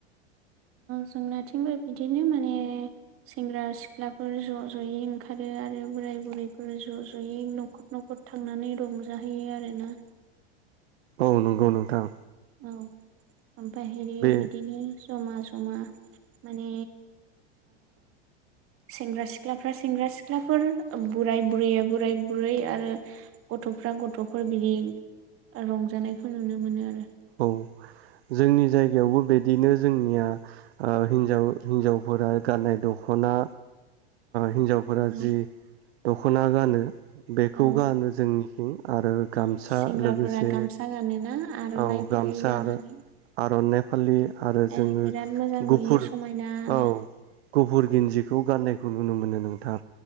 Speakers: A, on the right; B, on the right.
A: जोंनाथिंबो बिदिनो माने सेंग्रा सिख्लाफोर ज' ज'यै ओंखारो आरो बोराय बुरैफोर ज' ज'यै न'खर न'खर थांनानै रंजाहैयो आरोना
B: औ नंगौ नोंथां
A: औ ओमफ्राय
B: बे
A: बिदिनो जमा जमा जमा माने सेंग्रा सिख्लाफ्रा सेंग्रा सिख्लाफोर बोराय बुरैया बोराय बुरै आरो गथ'फ्रा गथ'फोर बिदि रंजानायखौ नुनो मोनो आरो
B: औ जोंनि जायगायावबो बिदिनो जोंनिया हिजाव हिनजावफोरा गाननाय दख'ना हिनजावफोरा
A: आरो
B: जि द खना गानो। बेखौ
A: औ
B: गानो जोंनिखिं आरो गामसा
A: औ सेंग्राफोरा
B: लोगोसे
A: गामसा गानोना आर'नाइ
B: औ गामसा
A: फालि लानानै
B: आरो आरनाइ फालि आरो जोङो
A: ओ बिराद मोजां नुयो
B: गुफुर
A: समायनानो
B: औ गफुर गिन्जिखौ गाननायखौ नुनो मोनो नोंथां।